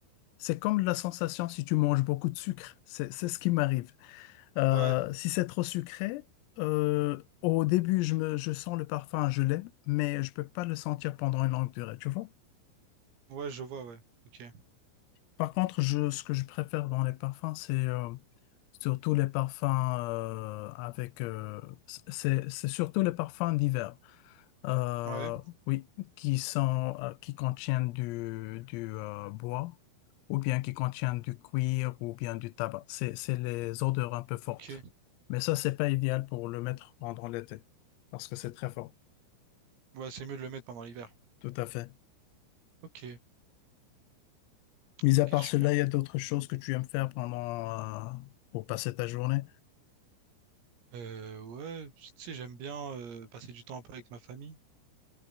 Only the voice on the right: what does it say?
Ouais,
ouais, je vois, ouais. Ok.
Ouais.
Ok.
Ouais, c'est mieux de le mettre pendant l'hiver.
Ok,
ok,
super.
Euh, ouais, tu sais, j'aime bien euh, passer du temps un peu avec ma famille.